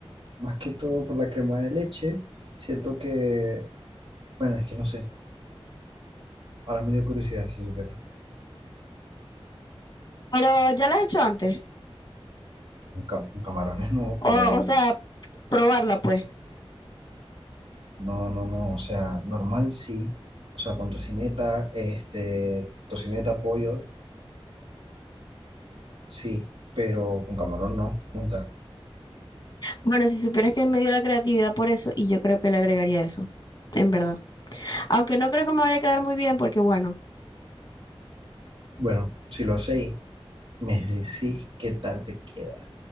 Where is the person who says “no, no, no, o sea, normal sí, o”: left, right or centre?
Right